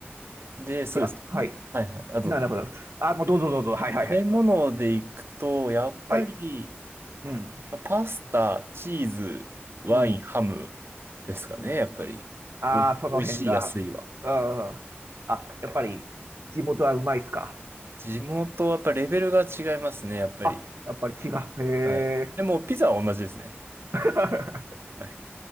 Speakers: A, on the right (about 65°); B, on the right (about 80°).
A: で、そうですね。
B: いや、はい。
A: はいはい。あと、
B: なるほど。あ、もうどうぞどうぞ。はいはいはい。
A: 食べ物でいくと、やっぱり、
B: はい。うん。
A: パスタ、チーズ、ワイン、
B: うん。
A: ハムですかね、
B: うん。
A: やっぱり。
B: ああ、
A: おい、
B: その辺が。
A: おいしい、安いは。
B: うん。あ、やっぱり、地元はうまいっすか。
A: 地元はやっぱレベルが違いますね、やっぱり。
B: あ、やっぱり違う。へえ。
A: はい。でも、ピザは同じですね。
B: <laughs>
A: はい。